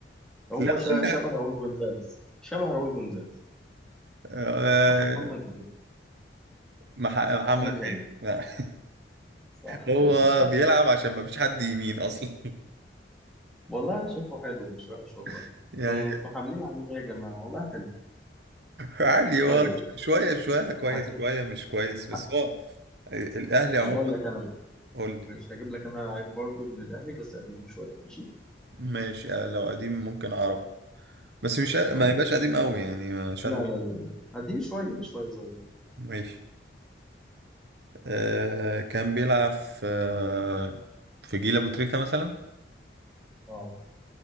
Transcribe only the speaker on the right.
لا
قول لي
آه،
مح- محمد
هاني لا.
<laughs> هو
بيلعب عشان ما فيش حد يمين اصلا
<laughs> يعني
عادي هو
ش- شوية شوية كويس
شوية مش كويس بس
هو الأهلي
عموما
قول لي
ماشي آه، لو قديم ممكن أعرفه بس مش ما
يبقاش قديم قوي يعني عشان
ماشي آه كان بيلعب في آه في جيل أبو تريكة مثلا